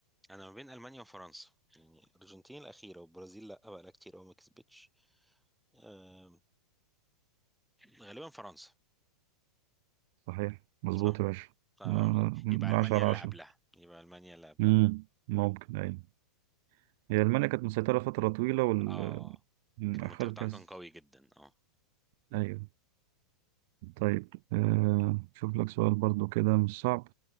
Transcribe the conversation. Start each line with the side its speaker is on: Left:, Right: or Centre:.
Centre: انا ما بين المانيا وفرنسا يعني الارجنتين الاخيره والبرازيل لا بقى لها كتير قوي ما كسبتش آه غالبا فرنسا
Right: صحيح مظبوط
Centre: صح؟
Right: يا باشا
Centre: آه،
Right: آه، من
Centre: يبقى المانيا
Right: عشرة على
Centre: اللي
Right: عشرة
Centre: قبلها يبقى المانيا اللي قبلها
Right: مم. ممكن أيوة هي ألمانيا كانت مسيطرة فترة طويلة وال
Centre: اه
Right: آه،
Centre: كان المنتخب
Right: أخدت
Centre: بتاعها
Right: كأس
Centre: كان قوي جدا اه
Right: أيوة طيب آه، شوف لك سؤال برضو كده مش صعب